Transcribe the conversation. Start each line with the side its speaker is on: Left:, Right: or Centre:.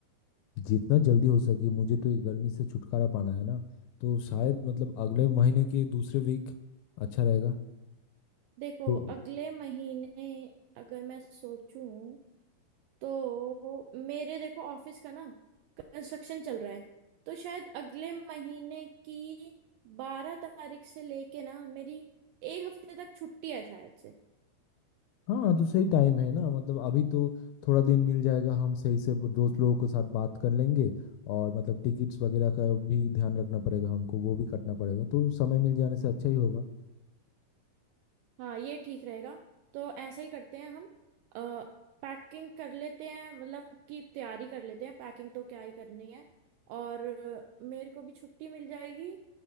Left: जितना जल्दी हो सके मुझे तो ये गर्मी से छुटकारा पाना है ना तो शायद मतलब अगले महीने के दूसरे वीक अच्छा रहेगा
Right: देखो
Left: तो
Right: अगले महीने अगर मैं सोचूं तो मेरे देखो ऑफिस का ना कंस्ट्रक्शन चल रहा है तो शायद अगले महीने की बारह तारीख से लेके ना मेरी एक हफ्ते तक छुट्टी है शायद से
Left: हाँ तो सही टाइम है ना मतलब अभी तो थोड़ा दिन मिल जाएगा हम सही से वो दोस्त लोगों के साथ बात कर लेंगे और मतलब टिकट्स वगैरह का भी ध्यान रखना पड़ेगा हमको वो भी कटना पड़ेगा तो समय मिल जाने से अच्छा ही होगा
Right: हाँ ये ठीक रहेगा तो ऐसा ही करते हैं हम आ, पैकिंग कर लेते हैं मतलब की तैयारी कर लेते हैं पैकिंग तो क्या ही करनी है और अ, मेरे को भी छुट्टी मिल जाएगी